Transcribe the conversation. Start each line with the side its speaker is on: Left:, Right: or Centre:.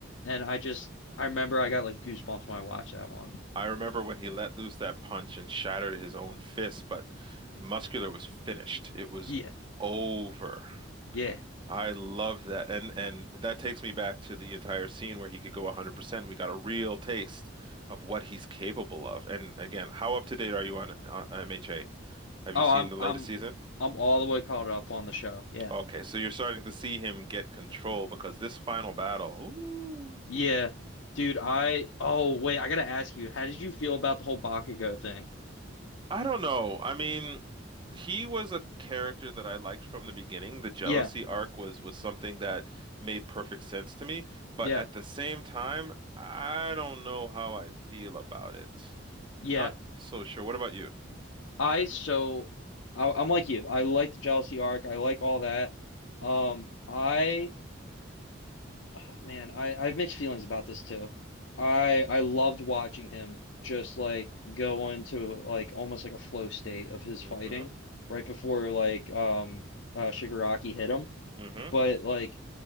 Left: And I just I remember I got like goosebumps when I watched that one.
Right: I remember when he let loose that punch and shattered his own fist, but Muscular was finished. It was
Left: Yeah,
Right: over.
Left: yeah.
Right: I love that. And and that takes me back to the entire scene where he could go 100%. We got a real taste of what he's capable of. And again, how up to date are you on uh, MHA? Have you
Left: Oh,
Right: seen
Left: I'm
Right: the latest
Left: I'm
Right: season?
Left: I'm all the way caught up on the show. Yeah.
Right: Okay, so you're starting to see him get control because this final battle, ooh.
Left: Yeah. Dude, I oh wait, I gotta ask you, how did you feel about the whole Bakugo thing?
Right: I don't know. I mean, he was a character that I liked from the beginning. The jealousy
Left: Yeah,
Right: arc was was something that made perfect sense to me, but
Left: yeah,
Right: at the same time, I don't know how I feel about it.
Left: yeah.
Right: Not so sure. What about you?
Left: I so I, I'm like you. I like the jealousy arc. I like all that. Um, I oh man, I I have mixed feelings about this too. I I loved watching him just like go into like almost like a flow state of his
Right: Mm-hmm.
Left: fighting right before like um uh Shigaraki hit him.
Right: Mm-hmm.
Left: But like